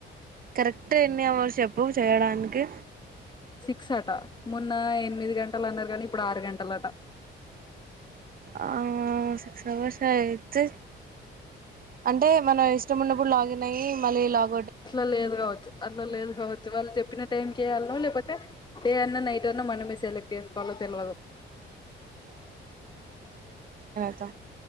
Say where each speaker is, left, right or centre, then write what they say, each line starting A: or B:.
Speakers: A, on the right (about 45°); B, on the left (about 20°).
A: కరెక్ట్ ఎన్ని అవర్సు చెప్పు చేయడానికి
B: సిక్స్ అట మొన్న ఎనిమిది గంటలు అన్నారు కానీ ఇప్పుడు ఆరు గంటలట
A: ఆ సిక్స్ అవర్సే అయితే అంటే మన ఇష్టం ఉన్నప్పుడు లాగిన్ అయ్యి మళ్లీ లాగ్
B: అట్లా లేదు కావచ్చు అట్లా లేదు కావచ్చు వాళ్లు చెప్పిన టైంకి చేయాల్నో లే కపోతే డే అన్నా నైట్ అన్నా మనమే సెలెక్ట్ చేసుకోవాలో తెలువదు
A: త్త